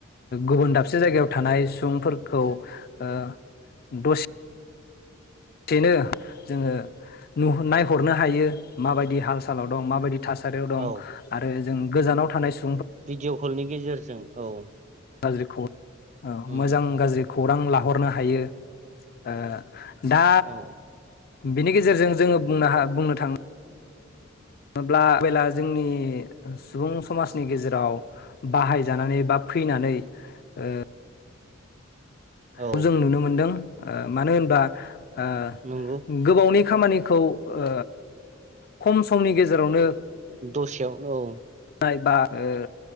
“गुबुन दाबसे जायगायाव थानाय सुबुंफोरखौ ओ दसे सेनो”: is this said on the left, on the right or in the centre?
Left